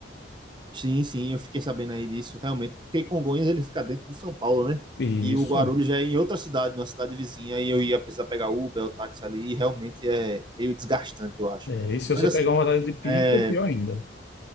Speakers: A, on the right; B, on the left.
A: Sim, sim, eu fiquei sabendo aí disso, realmente, porque Congonhas ele fica dentro de São Paulo, né?
B: Isso.
A: E o Guarulhos já é em outra cidade, numa cidade vizinha, e eu ia precisar pegar Uber ou táxi ali, e realmente é meio desgastante, eu acho.
B: É, e se você
A: Mas assim,
B: pegar
A: cara,
B: um horário de pico,
A: é,
B: pior ainda.